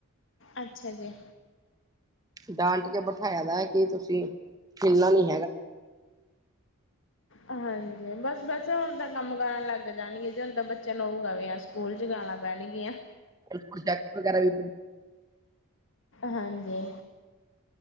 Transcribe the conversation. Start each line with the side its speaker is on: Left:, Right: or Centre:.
Left: ਅੱਛਾ ਜੀ।
Right: ਡਾਂਟ ਕੇ ਬਿਠਾਇਆ ਦਾ ਹੈ ਕੀ ਤੁਸੀਂ ਖੇਨਾ ਨੀ ਹੈਗਾ।
Left: ਹਾਂਜੀ ਬਸ ਵੈਸੇ ਹੁਣ ਤਾਂ ਕੰਮ ਕਰਨ ਲੱਗ ਜਾਣੀ ਹੈ ਜੇ ਹੁਣ ਤਾਂ ਬੱਚਾ ਨੂੰਹ ਗਵੇ ਆ। ਸਕੂਲ ਚ ਗਾਣਾ ਪੈਣਗੀਆਂ।
Right: ਪ੍ਰੋਜੈਕਟ ਵਗੈਰਾ ਵੀ
Left: ਹਾਂਜੀ।